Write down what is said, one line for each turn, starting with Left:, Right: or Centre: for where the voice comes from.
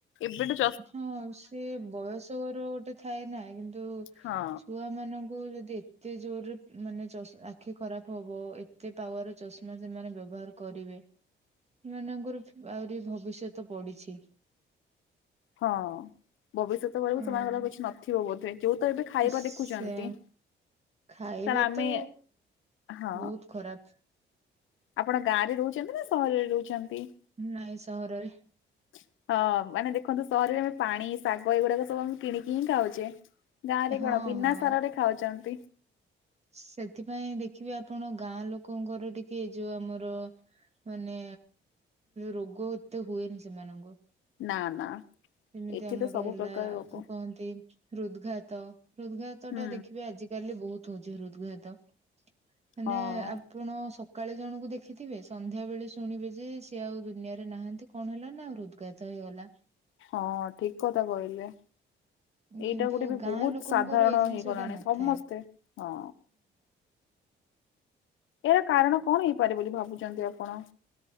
Left: ଏବେ ଟୁ
Right: ହଁ ସେ ବୟସ ଘର ଗୋଟେ ଥାଏ ନା କିନ୍ତୁ
Left: ହଁ
Right: ଛୁଆ ମାନଙ୍କୁ ଯଦି ଏତେ ଜୋରରେ ମାନେ ଚସ ଆଖି ଖରାପ ହବ ଏତେ ପାୱାର ଚଷମା ସେମାନେ ବ୍ୟବହାର କରିବେ ସେମାନଙ୍କର ଆହୁରି ଭବିଷ୍ୟତ ପଡିଛି।
Left: ହଁ ଭବିଷ୍ୟତ ବେଳକୁ
Right: ହଁ।
Left: ସେମାନଙ୍କର କିଛି ନଥିବ ବୋଧେ? ଯୋଉ ତ ଏବେ ଖାଇବା
Right: ସେ
Left: ଦେଖୁଛନ୍ତି
Right: ଖାଇବା
Left: ସାର୍ ଆମେ
Right: ତ
Left: ହଁ
Right: ବହୁତ ଖରାପ।
Left: ଆପଣ ଗାଁରେ ରହୁଛନ୍ତି ନା ସହରରେ ରହୁଛନ୍ତି?
Right: ନାଇଁ ସହରରେ।
Left: <unintelligible> ହଁ ମାନେ ଦେଖନ୍ତୁ ସହରରେ ଆମେ ପାଣି ଶାଗ ଏଇଗୁଡାକ ସବୁ ଆମେ କିଣିକି ହିଁ ଖାଉଛେ। ଗାଁ ରେ
Right: ହଁ
Left: କଣ ବିିନା
Right: ହଁ।
Left: ସାରରେ ଖାଉଛନ୍ତି।
Right: ସେଥିପାଇଁ ଦେଖିବେ ଆପଣ ଗାଁ ଲୋକଙ୍କର ଟିକେ ଏ ଯୋଉ ଆମର ମାନେ ରୋଗ ଏତେ ହୁଏନି ସେମାନଙ୍କୁ।
Left: ନା ନା।
Right: ଯେମିତି
Left: ଏଠି
Right: ଆମର
Left: ତ ସବୁ
Right: ହେଲା
Left: ପ୍ରକାର ରୋଗ।
Right: କୁହନ୍ତି ହୃଦ୍ଘାତ। ହୃଦ୍ଘାତ ତ
Left: ହୁଁ
Right: ଟା ଦେଖିବେ ଆଜିିକାଲି ବହୁତ ହଉଛି ହୃଦଘାତ ମାନେ
Left: ହଁ
Right: ଆପଣ ସକାଳେ ଜଣଙ୍କୁ ଦେଖିଥିବେ ସନ୍ଧ୍ୟା ବେଳେ ଶୁଣିବେ ଯେ ସିଏ ଆଉ ଦୁନିଆରେ ନାହାନ୍ତି। କଣ ହେଲା ନା ହୃଦ୍ଘାତ ହେଇଗଲା।
Left: ହଁ ଠିକ କଥା କହିଲେ। ଏଇଟା
Right: କିନ୍ତୁ
Left: ଗୋଟେ ବି
Right: ଗାଁ
Left: ବହୁତ
Right: ଲୋକଙ୍କର
Left: ସାଧାରଣ
Right: ଏଇ ଜିନିଷ
Left: ହେଇଗଲାଣି
Right: ଟା ନଥାଏ
Left: ସମସ୍ତେ ହଁ। ଏହାର କାରଣ କଣ ହେଇପାରେ ବୋଲି ଭାବୁଛନ୍ତି ଆପଣ?